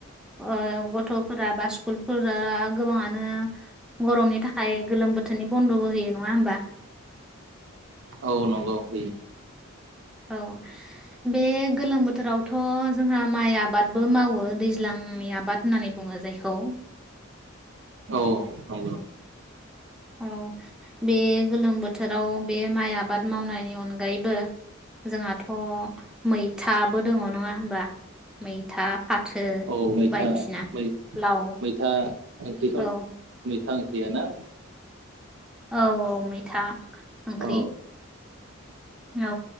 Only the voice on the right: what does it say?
औ नंगौ होयो
औ नंगौ
औ मैथा
मै
मैथा ओंख्रिखौ
मैथा गैयाना?
औ